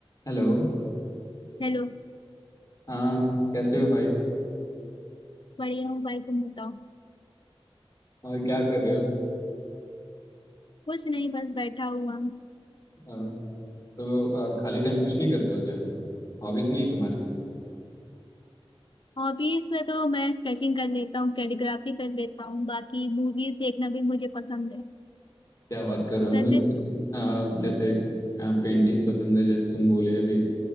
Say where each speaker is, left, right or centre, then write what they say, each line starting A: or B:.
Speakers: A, on the left (about 35°); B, on the left (about 55°).
A: Hello
B: हेलो
A: हाँ कैसे हो भाई
B: बढ़िया हूँ भाई तुम बताओ
A: और क्या कर रहे हो
B: कुछ नहीं बस बैठा हुआ हूँ
A: अ, तो अ, खाली टाइम कुछ नहीं करते हो क्या हॉबीज नहीं है तुम्हारी
B: हॉबीज में तो मैं स्केचिंग कर लेता हूँ कैलीग्राफी कर लेता हूँ बाकी मूवीज देखना भी मुझे पसंद है
A: क्या बात कर रहे हो मुझे
B: वैसे
A: अ, जैसे पेंटिंग पसंद है जैसे तुम बोले अभी